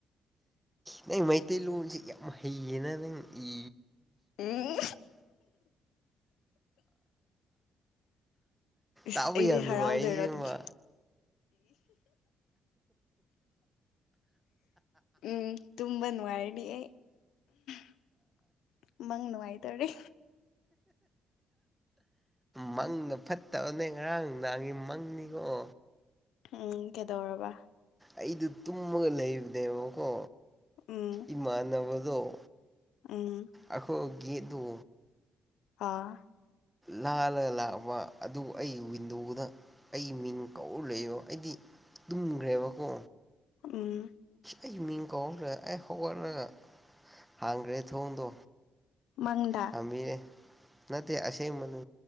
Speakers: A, in the centre; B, on the left.
A: ꯅꯪ ꯃꯩꯇꯩꯂꯣꯟꯁꯤ ꯌꯥꯝ ꯍꯩꯌꯦꯅ ꯅꯪ ꯏ
B: ꯎꯝ ꯏꯁꯁ
A: ꯇꯥꯕ
B: ꯑꯩꯁꯦ
A: ꯌꯥꯝ
B: ꯍꯔꯥꯎꯗꯣꯏꯔꯣ
A: ꯅꯨꯡꯉꯥꯏ ꯑꯁꯦꯡꯕ
B: ꯑꯗꯨ ꯀ ꯎꯝ ꯇꯨꯝꯕ ꯅꯉ ꯑꯦ <inaudible> ꯃꯪ ꯅꯨꯡꯉꯥꯏꯇꯔꯤꯦ
A: ꯃꯪꯗ ꯐꯠꯇꯕꯅꯦ ꯉꯔꯥꯡ ꯅꯨꯡꯗꯥꯡꯒꯤ ꯃꯪꯅꯤꯀꯣ
B: ꯎꯝ ꯀꯦꯗꯧꯔꯕ
A: ꯑꯩꯗꯨ ꯇꯨꯝꯃꯒ ꯂꯩꯕꯅꯦꯕꯀꯣ
B: ꯎꯝ
A: ꯏꯃꯅꯅꯕ ꯑꯣ
B: ꯎꯝ
A: ꯑꯈꯣ ꯒꯤꯠ ꯑꯗꯨ
B: ꯑꯥ
A: ꯂꯥꯜꯂꯒ ꯂꯥꯛꯄ ꯑꯗꯨ ꯑꯩ ꯋꯤꯟꯗꯣꯗ ꯑꯩ ꯃꯤꯡ ꯀꯧꯔ ꯂꯩꯕꯣ ꯑꯩꯗꯤ ꯇꯨꯝꯈ꯭ꯔꯦꯕꯀꯣ
B: ꯎꯝ
A: ꯑꯩ ꯃꯤꯡꯒꯣꯔ ꯑꯩ ꯍꯧꯒꯠꯂꯒ ꯍꯥꯡꯈ꯭ꯔꯦ ꯊꯣꯡꯗꯣ
B: ꯃꯥꯡꯗ
A: ꯍꯥꯡꯕꯤꯔꯦ ꯅꯠꯇꯦ ꯑꯁꯦꯡꯕ ꯃ